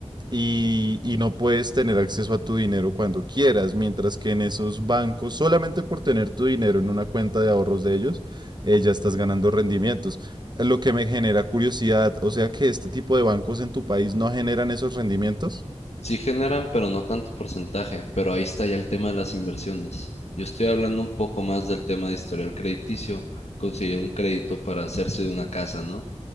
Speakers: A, on the right; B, on the left.
A: y, y no puedes tener acceso a tu dinero cuando quieras, mientras que en esos bancos, solamente por tener tu dinero en una cuenta de ahorros de ellos, eh, ya estás ganando rendimientos. Lo que me genera curiosidad, o sea que este tipo de bancos en tu país no generan esos rendimientos.
B: Sí generan, pero no tanto porcentaje, pero ahí está ya el tema de las inversiones. Yo estoy hablando un poco más del tema de historial crediticio, conseguir un crédito para hacerse de una casa, ¿no?